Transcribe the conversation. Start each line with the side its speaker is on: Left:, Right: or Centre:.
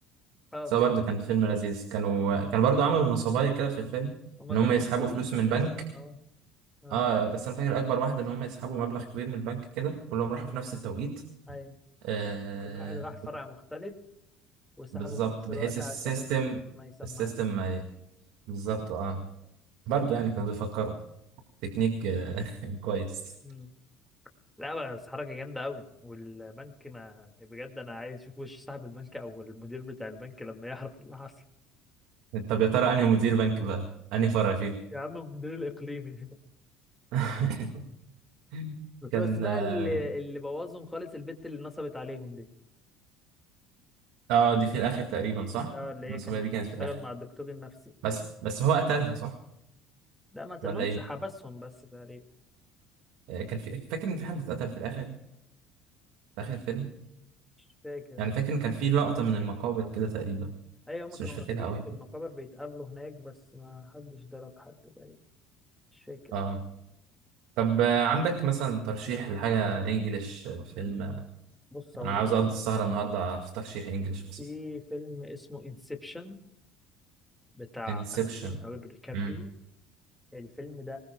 Centre: أه
Right: بس
Centre: بجد
Right: هو برضو كان فيلم لذيذ كانوا كان برضو عملوا نصبايا كده في الفيلم
Centre: هما
Right: ان
Centre: كانوا
Right: هم يسحبوا
Centre: نصابين
Right: فلوس
Centre: أساسا
Right: من بنك
Centre: أه أه
Right: اه بس انا فاكر اكبر واحده ان هم يسحبوا مبلغ كبير من البنك كده كلهم راحوا
Centre: نفس
Right: في نفس التوقيت
Centre: ال- أيوة
Right: آه
Centre: كل واحد راح فرع مختلف وسحبه
Right: وبالظبط
Centre: في نفس
Right: بحيث
Centre: الوقت
Right: السيستم
Centre: عشان ما يسمعش
Right: السيستم ما ي- بالظبط اه برضه
Centre: أيوة
Right: يعني كانوا بيفكروا تكنيك آه <laughs> كويس
Centre: مم. لا بس حركة جامدة قوي والبنك ما بجد انا عايز اشوف وش صاحب البنك او المدير بتاع البنك لما يعرف اللي حصل
Right: طب يا ترى انهي مدير بنك بقى انهي فرع فيكم
Centre: يا عم المدير الاقليمي
Right: <laughs>
Centre: <laughs>
Right: كان
Centre: بس بقى
Right: اه
Centre: اللي, اللي بوظهم خالص البت اللي نصبت عليهم دي
Right: آه، دي في الاخر تقريبا صح
Centre: اه اللي هي
Right: المسؤوليه
Centre: كانت
Right: دي كانت
Centre: بتشتغل
Right: في الاخر
Centre: مع الدكتور النفسي
Right: بس بس هو قتلها صح
Centre: لا ما قتلهمش
Right: ولا ايه
Centre: حبسهم بس تقريبا
Right: آه كان في فاكر ان في حد اتقتل في الاخر في اخر الفيلم
Centre: مش فاكر
Right: يعني
Centre: انا
Right: فاكر إن كان في لقطه من المقابر كده تقريبا
Centre: ايوه هما
Right: بس
Centre: كانوا
Right: مش فاكرها
Centre: واقفين
Right: قوي
Centre: في المقابر بيتقابلوا هناك بس ما حدش ضرب حد تقريبا مش فاكر
Right: اه طب آه، عندك مثلا ترشيح لحاجة انجليش فيلم آه،
Centre: بص اقول
Right: انا عاوز
Centre: لك
Right: اقضي
Centre: على
Right: السهرة
Centre: حاجه
Right: النهاردة في ترشيح انجليش مثلا
Centre: في فيلم اسمه انسبشن بتاع
Right: انسبشن
Centre: ليوناردو دي كابريو
Right: امم
Centre: الفيلم ده